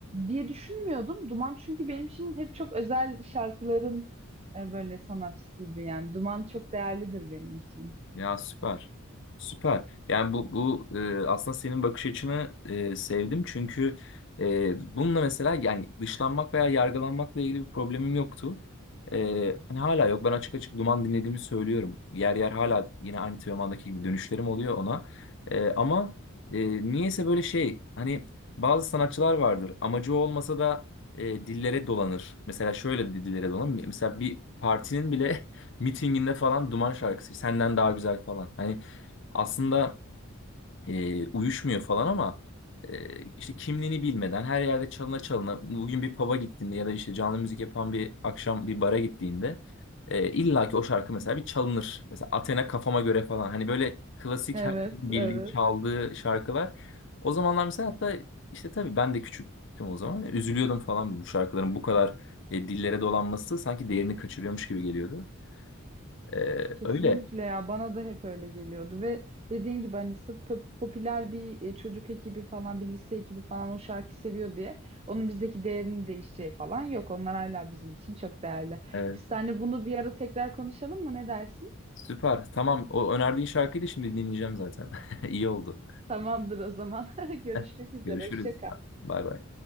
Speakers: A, on the right; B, on the left.
A: diye düşünmüyordum. Duman çünkü benim için hep çok özel şarkıların e, böyle sanatçısıydı yani. Duman çok değerlidir benim için.
B: Ya süper. Süper. Yani bu bu e, aslında senin bakış açını e, sevdim çünkü e, bununla mesela yani dışlanmak veya yargılanmakla ilgili bir problemim yoktu. E, hani hala yok. Ben açık açık duman dinlediğimi söylüyorum. Yer yer hala yine aynı Teoman'daki gibi dönüşlerim oluyor ona. E, ama e, niyeyse böyle şey hani bazı sanatçılar vardır. Amacı olmasa da e, dillere dolanır. Mesela şöyle dillere dolanır. Mesela bir partinin bile <laughs> mitinginde falan Duman şarkısı senden daha güzel falan. Hani aslında e, uyuşmuyor falan ama e, işte kimliğini bilmeden her yerde çalına çalına bugün bir pub'a gittiğinde ya da işte canlı müzik yapan bir akşam bir bara gittiğinde e, illa ki o şarkı mesela bir çalınır. Mesela Athena kafama göre falan. Hani böyle klasik
A: Evet,
B: herkesin bildiği
A: evet.
B: çaldığı şarkılar. O zamanlar mesela hatta işte tabii ben de küçüktüm o zaman. Üzülüyordum falan bu şarkıların bu kadar e, dillere dolanması sanki değerini kaçırıyormuş gibi geliyordu. Ee,
A: Kesinlikle
B: öyle.
A: ya bana da hep öyle geliyordu ve dediğin gibi hani sırf pop- popüler bir e, çocuk ekibi falan bir lise ekibi falan o şarkı seviyor diye onun bizdeki değerini değişeceği falan yok. Onlar hala bizim için çok değerli.
B: Evet.
A: Biz seninle bunu bir ara tekrar konuşalım mı? Ne dersin?
B: Süper. Tamam. O önerdiğin şarkıyı da şimdi dinleyeceğim zaten. <laughs> İyi oldu.
A: Tamamdır o zaman. <laughs> Görüşmek
B: <laughs>
A: üzere.
B: Görüşürüz.
A: Hoşça kal.
B: Bay bay.